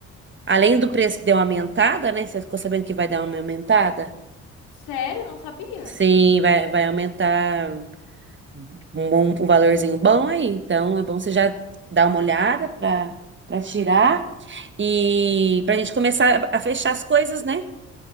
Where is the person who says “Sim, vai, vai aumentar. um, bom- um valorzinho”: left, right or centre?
Right